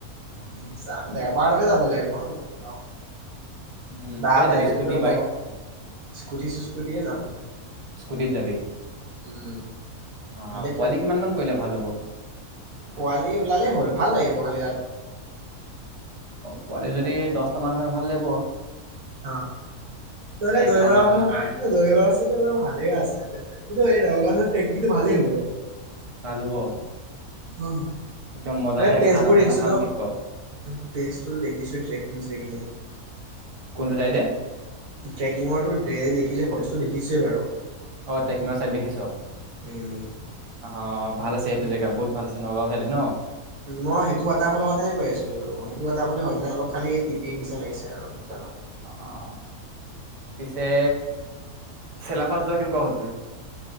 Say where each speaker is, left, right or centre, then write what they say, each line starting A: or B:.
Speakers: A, on the right; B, on the right.
A: উম যাম দেওবাৰ ততে যাব লাগিব যতে যাওঁ।
B: উম
A: বা
B: কিহত
A: বেলেগ
B: যাবি
A: এড
B: স্কুটি
A: হ'ব
B: বাইক
A: স্কুটি চুস্কুটিয়ে যাম।
B: স্কুটিত যাবি?
A: উম
B: অ'
A: নহ'লে
B: পোৱালি
A: কিয় যাবি
B: কিমান মান কৰিলে ভাল হ'ব?
A: পোৱালি ওলালেই হ'ল ভাল লাগিব খালি তাত
B: পোৱালি
A: ন।
B: যদি দহটা মান হয়। ভাল নে বৰ
A: অ' নহলে দৈ
B: খানা
A: মাৰাহ মানুহ
B: চানা খাম
A: দৈ মাৰক চোন ভালেই আছে কি এই ৰগা ট্ৰেকনিটো ভালেই হ'ব।
B: ভাল হ'ব।
A: মম
B: একদম মজা চাই
A: প্লেচ
B: খানা
A: বোৰ
B: চানা
A: দেখিছো
B: খাম
A: তো
B: কি ক
A: প্লেচটো দেখি ছে ট্ৰেকিং চেকিঙৰ
B: কোনটো চাইডে
A: ট্ৰেকিঙৰতো দে দেখিছে ফটো। দেখিছেই বাৰু।
B: অ' ট্ৰেকিঙৰ চাইদ দেখিছ
A: উম
B: আহ। ভাল আছে এইটো জেগা বহুত ভাল আছে, নগাঁও চাইডে ন?
A: মই সেইটো ৱাটাৰফলৰ কথাই কৈ আছিলো, সেইটো ৱাটাৰফলে হয় মানে অলপ খালি এই টিপি নিচিনা আগিছে আৰু।
B: অ' অ' তে, চেলাপাছ যোৱা কেনেকুৱা হ'ল তোৰ।